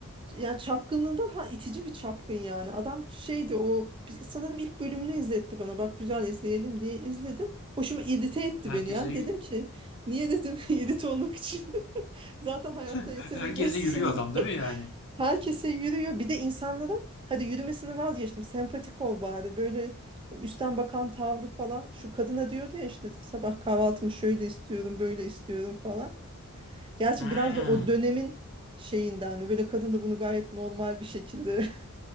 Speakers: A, on the right; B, on the left.
A: ya çapkınlığından ha itici bir çapkın yani. Adam şeydi o biz- sanırım ilk bölümünü izletti bana. Bak güzel izleyelim diye izledim. Hoşuma irite etti
B: Herkese
A: beni yani.
B: y-
A: Dedim ki niye dedim <laughs> irite olmak için. <laughs> Zaten hayatta
B: <laughs>
A: yeterince
B: herkese
A: <laughs> sinirli
B: yürüyor adam değil mi yani?
A: Herkese yürüyor. Bir de insanlara hadi yürümesini vazgeçtim. Sempatik ol bari. Böyle üstten bakan tavrı falan. Şu kadına diyordu ya işte sabah kahvaltımı şöyle istiyorum, böyle istiyorum falan. Gerçi
B: Hmm.
A: biraz da o dönemin şeyinden mi? böyle kadın da bunu gayet normal bir şekilde